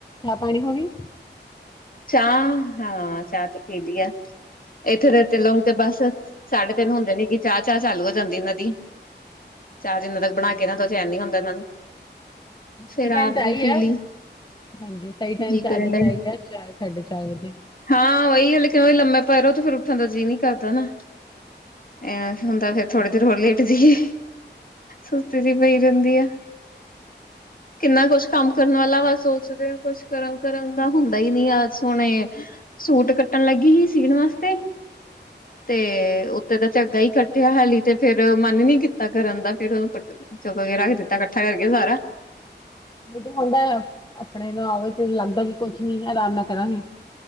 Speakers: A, on the left (about 25°); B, on the left (about 50°).
A: ਚਾਹ ਪਾਣੀ ਹੋ ਗਈ
B: ਚਾਹ ਹਾਂ ਚਾਹ ਤੇ ਪੀ ਦੀ ਆ ਇੱਥੇ ਰਤੇ ਲੋਂਗ ਤੇ ਬਸ ਸਾਢੇ ਤਿੰਨ ਹੁੰਦੇ ਨੇ ਕਿ ਚਾਹ ਚਾਹ ਚਾਲੂ ਹੋ ਜਾਂਦੀ ਨ ਦੀ ਚਾਰ ਦਿਨਾਂ ਤੱਕ ਬਣਾ ਕੇ ਨਾ ਦੋ, ਚੈਨ ਨੀ ਆਂਦਾ ਇਹਨਾਂ ਨੂੰ। ਫੇਰ
A: ਹਾਂਜੀ, ਸਹੀ ਟਾਈਮ
B: ਆਪ
A: ਤੇ
B: ਵੀ
A: ਆਈ
B: ਪੀ
A: ਹੈ?
B: ਲਈ
A: ਹਾਂਜੀ, ਸਹੀ ਟਾਈਮ
B: ਜੀ
A: ਚਾਦ
B: ਕਰਨ ਡ
A: ਆਈ ਆ ਸਾਢੇ-ਚਾਰ ਵਜੇ
B: ਹਾਂ ਉਹੀ ਹੈ, ਲੇਕਿਨ ਉਹੀ ਲੰਮੇ ਪਏ ਰਹੋ ਤੋ, ਫਿਰ ਉੱਠਣ ਦਾ ਜੀਅ ਨਹੀਂ ਕਰਦਾ ਨਾ। ਅ, ਹੁਣ ਤਾਂ ਫਿਰ ਥੋੜੀ ਦੇਰ ਹੋਰ ਲੇਟ ਜਾਈਏ, ਸੁਸਤੀ ਜੀ ਪਈ ਰਹਿੰਦੀ ਆ। ਕਿੰਨਾ ਕੁਛ ਕੰਮ ਕਰਨ ਵਾਲਾ ਵਾ, ਸੋਚਦੇ ਕੁਛ ਕਰਨ- ਕਰਨ ਦਾ ਹੁੰਣ ਗਈ ਨਹੀਂ ਆਜ ਸੋਹਣੇ, ਸੂਟ ਕੱਟਣ ਲੱਗੀ ਹੀ, ਸੀ ਸੀਣ ਵਾਸਤੇ। ਤੇ, ਉੱਤੇ ਦਾ ਝੱਗਾ ਹੀ ਕੱਟ ੱਠਿਆ ਹਾਲੀ ਤੇ ਫੇਰ, ਮਨ ਈ ਨੀ ਕੀਤਾ ਕਰਨ ਦਾ ਫੇਰ, ਕੱਟ, ਚੁੱਕ ਕੇ ਰੱਖ ਦਿੱਤਾ ਇਕੱਠਾ ਕਰਕੇ ਸਾਰਾ।
A: ਨਹੀਂ ਤੇ ਹੁੰਦਾ ਤਾਂ, ਆਪਣੇ ਨੂੰ ਆਵੇ ਤੇ ਲੱਗਦਾ ਵੀ, ਕੁਛ ਨੀ ਆਰਾਮ ਨਾਲ ਕਰਾਂਗੇ।